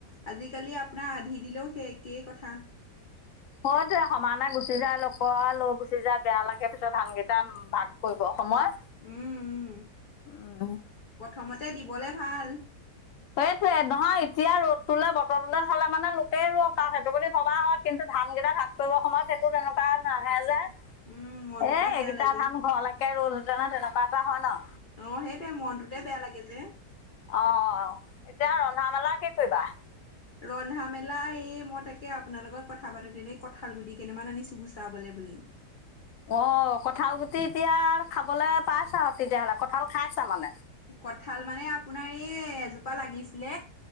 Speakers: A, on the left; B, on the left.
A: আজিকালি আপোনাৰ আধি দিলেও সেই একেই কথা।
B: হয়টো, সমানে গুচি যায়, লোকৰ লৈ গুচি যাই বেয়া লাগে পিছত ধানকেইটা ভাগ কৰিব সময়ত।
A: উম, উম।
B: উম।
A: প্ৰথমতে দিবলে ভাল।
B: সেইটোৱে, নহয় এতিয়া ৰ'দটোলৈ, বতৰটোলৈ চালে মানে লোকেই ৰুৱক আৰু সেইটো বুলি ভবা হয়। কিন্তু ধান কেইটা ভাগ কৰিব সময়ত সেইটো তেনেকুৱা নাহে যে। এ,
A: উম মনটোতে বেয়া
B: এইকেইটা
A: লাগে
B: ধান ঘৰলৈকে ৰ'ল হেতেনে এ তেনেকুৱা এটা হয় ন?
A: অ' সেইটোৱে, মনটোতে বেয়া লাগে যে।
B: অ', এতিয়া ৰন্ধা মেলা কি কৰিবা?
A: ৰন্ধা মেলা এই মই তাকে আপোনাৰ লগত কথা পাতো <unintelligible> কঁঠাল গুটি কেইটামান আনিছো গুচাবলৈ বুলি।
B: অ কঁঠাল গুটি এতিয়া খাবলৈ পাইছা আৰু তেতিয়াহ'লে, কঠাল খাইছা মানে?
A: কঠাল মানে আপোনাৰ এই এজোপা লাগিছিলে,